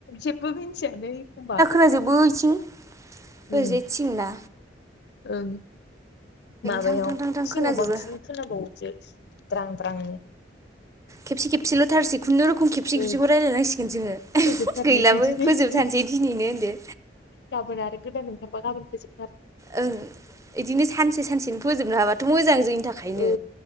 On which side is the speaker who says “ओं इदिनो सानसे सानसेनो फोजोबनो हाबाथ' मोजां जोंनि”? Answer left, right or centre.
Right